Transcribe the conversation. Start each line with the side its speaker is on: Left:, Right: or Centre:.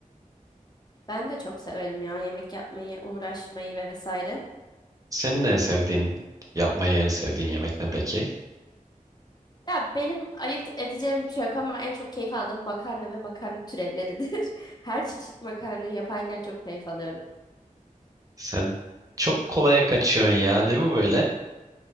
Left: Ben de çok severim ya yemek yapmayı, uğraşmayı vesaire.
Right: Senin en sevdiğin, yapmayı en sevdiğin yemek ne peki?
Left: Ya benim ayırt edeceğim bir şey yok ama en çok keyif aldığım makarna ve makarna türevleridir. <laughs> Her çeşit makarna yaparken çok keyif alıyorum.
Right: Sen çok kolaya kaçıyorsun ya. Ne bu böyle?